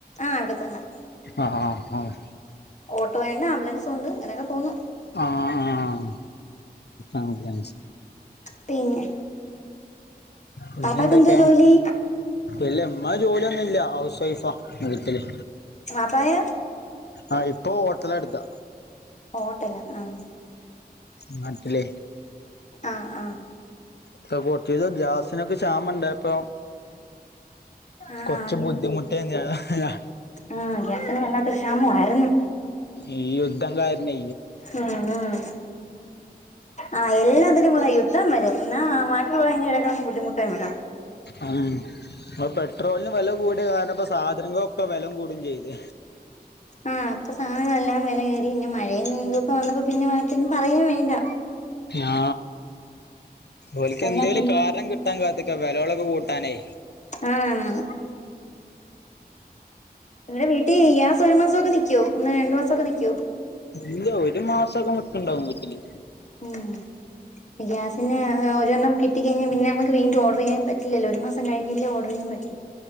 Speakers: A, on the left; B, on the left.
A: ആഹ് അവിടെ തന്നെ.
B: അ അ അ ആഹ്.
A: ഓട്ടോ ഉണ്ട് ആംബുലൻസോ ഉണ്ട് ഇങ്ങനെയൊക്കെ പോകുന്നു
B: ആഹ് ആഹ്
A: പിന്നെ
B: പിന്നെന്തൊക്കെ
A: പാപ്പാക്ക് എന്തോ ജോലി
B: ഇല്ല ഇമ്മ ജോലിയൊന്നുല്യ ഹൗസ് വൈഫാ വീട്ടില്
A: വാപ്പായാ.
B: ആഹ്, ഇപ്പൊ ഹോട്ടല ടുത്താ.
A: ഹോട്ടല ആഹ്
B: നാട്ടില്.
A: ആഹ് ആഹ്
B: പോ കോർച്ചിസം ഗ്യാസിനൊക്കെ ക്ഷാമം ണ്ടായപ്പൊ
A: ആഹ്
B: കുറച്ച് ബുദ്ധിമുട്ടിയ ഞാനാ
A: ആഹ ഗ്യാസിന് വല്ലാത്തൊരു ക്ഷാമമായിരുന്നു
B: ഈ യുദ്ധങ്കാരണെ
A: ഉം ഉഹും ആഹ് എല്ലാതിനും പറയും. ഇതം വരും എന്നാ ബാക്കിയൊള്ള കയിഞ്ഞ് ഇടക്കളൊന്നും ബുദ്ധിമുട്ടാണ്
B: ആ അപ്പ പെട്രോളിന് വില കൂടിയ കാരണം ഇപ്പ സാധനങ്ങൊക്കെ വെലം കൂടയും ചെയ്ത്
A: ആഹ് അപ്പൊ സാധനങ്ങളെല്ലാം വില കയറി ഇന്ന മഴ ഇന്തൊക്കെ വന്നപ്പോ പിന്നെ ബാക്കിയൊന്നും പറയും വേണ്ട
B: ആ ഒല്ക്ക്
A: എല്ലാത്തിനും
B: എന്തേലും കാരണം കിട്ട ട്ടാൻ കാത്ത്ക്ക വിലോളൊക്ക കൂട്ടാനേ
A: ആണണ ണ് നിങ്ങടെ വീട്ടിൽ ഗ്യാസ് ഒരു മാസൊക്കെനിക്ക്യോ ഒന്ന് രണ്ടു മാസൊക്കെ നിക്യോ?
B: ഇല്ല ഒരു മാസൊക്ക നിക്ക്ണ്ടാവും വിട്ടില്.
A: ഉും ഗ്യാസിന് ഒരോണ്ണം കി കിട്ടിക്കഴിഞ്ഞാ പിന്ന നമുക് വീണ്ട ഓർഡർചെയ്യാൻ പറ്റില്ലല്ലോ ഒരു മാസം കഴിഞ്ഞില്ലേ ഓർഡർചെയ്യൻറ്റി